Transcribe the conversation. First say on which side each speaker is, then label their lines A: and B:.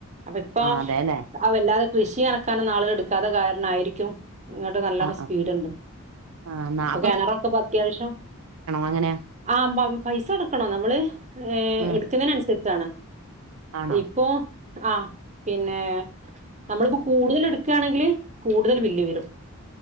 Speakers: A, on the right (about 35°); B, on the right (about 75°).
A: അപ്പൊ ഇപ്പ.
B: ആഹ് അതെല്ലേ
A: അ വല്ലാതെ കൃഷി നനക്കാനൊന്നും ആളുകൾ എടുക്കാതെ കാരണമായിരിക്കും. ഇങ്ങോട്ട് നല്ല
B: ആഹ്
A: സ്പീഡ്ണ്ട്
B: ആഹ് ആഹ്
A: അപ്പൊ കെണ റൊക്കെ ഇപ്പോ അത്യാവശ്യം.
B: അങ്ങനാ.
A: ആ പൈസ കൊടുകണം നമ്മള്
B: ആഹ്
A: എടുക്കുന്നതിനനുസരിച്ച്. <unintelligible>
B: ആണോ
A: ഇപ്പോ ആഹ പിന്നെ. നമ്മളിപ്പോ കൂടുതൽ എടുക്കുകയാണെങ്കിൽ കൂടുതൽ ബില്ല് വരും.